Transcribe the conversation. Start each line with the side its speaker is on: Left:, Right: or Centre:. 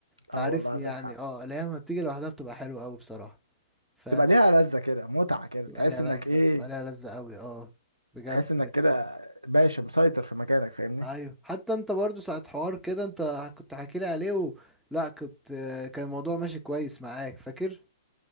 Centre: تعرفني
Right: اه والله عندك
Centre: يعني
Right: حق
Centre: اه اللي هي لما بتيجي لوحدها بتبقى حلوة قوي بصراحة فاهم
Right: تبقى ليها لذه كده متعه كده
Centre: بتبقى
Right: تحس
Centre: ليها
Right: انك
Centre: لذة
Right: ايه
Centre: بتبقى ليها لذة قوي اه بجد
Right: تحس انك كده باشا مسيطر في مكانك فاهمني
Centre: ايوه حتى انت برضو ساعة حوار كده انت كنت حاكي لي عليه و... لا كنت كان الموضوع ماشي كويس معاك فاكر